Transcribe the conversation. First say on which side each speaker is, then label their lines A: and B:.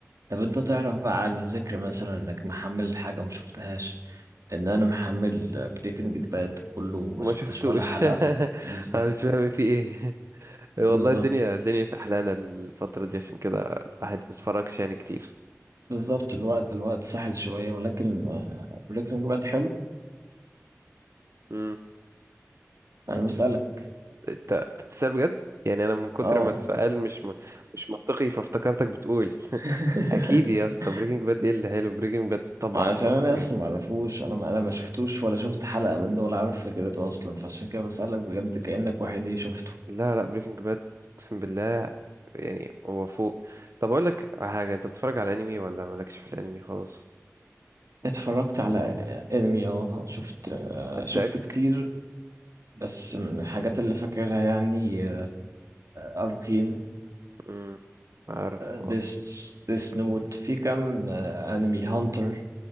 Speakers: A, on the right (about 85°); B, on the right (about 65°).
A: طب انت تعرف بقى على الذكر مثلا انك محمل حاجه ما شفتهاش ان انا محمل بريكنج باد كله ما
B: ما
A: شفتش
B: شفتوش
A: ولا حلقه
B: <laughs>
A: بالظبط
B: أنا مش فاهم في إيه <laughs>
A: بالظبط
B: والله الدنيا الدنيا سحلانة الفترة دي عشان كده الواحد ما بيتفرجش يعني كتير
A: بالظبط الوقت الوقت سهل شوية ولكن آه، بريكنج باد حلو
B: امم
A: أنا بسألك
B: أنت أنت بتسأل بجد يعني أنا من كتر
A: اه
B: ما السؤال مش م... مش منطقي فافتكرتك بتقول <laughs>
A: <laughs>
B: أكيد يا اسطى بريكنج باد إيه اللي حلو بريكنج باد طبعا
A: ما عشان
B: طبعا
A: أنا
B: جامد
A: أصلا معرفوش أنا ما أنا ما شفتوش ولا شفت حلقة منه ولا عارف فكرته أصلا فعشان كده بسألك بجد كأنك واحد إيه شفته
B: لا لا بريكنج باد اقسم بالله يعني هو فوق طب اقول لك على حاجه انت بتتفرج على انمي ولا مالكش في الانمي خالص
A: اتفرجت على انمي اه شفت آه،
B: اتاك
A: شفت كتير بس من الحاجات اللي فاكرها يعني أركين
B: امم عارف آه.
A: ديس ديس نوت في كام آه، انمي هانتر